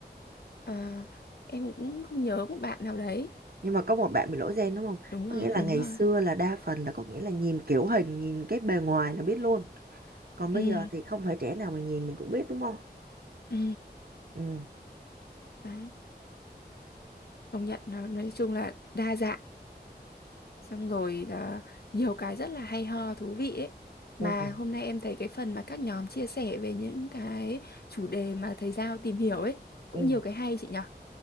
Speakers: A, on the left; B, on the right.
A: ờ, em cũng không nhớ một bạn nào đấy
B: nhưng mà có một bạn bị lỗi gen đúng không
A: đúng
B: có
A: rồi
B: nghĩa là
A: đúng
B: ngày
A: rồi
B: xưa là đa phần là có nghĩa là nhìn kiểu hình nhìn cái bề ngoài là biết luôn còn bây
A: ừ
B: giờ thì không phải trẻ nào mà nhìn mình cũng biết đúng không
A: ừ
B: ừ
A: Đấy, công nhận nó nói chung là đa dạng xong rồi là nhiều cái rất là hay ho thú vị ấy.
B: ừ,
A: Mà hôm nay em thấy cái phần mà các nhóm chia sẻ về những cái chủ đề mà thầy Giao tìm hiểu ấy cũng
B: ừ.
A: nhiều cái hay chị nhở.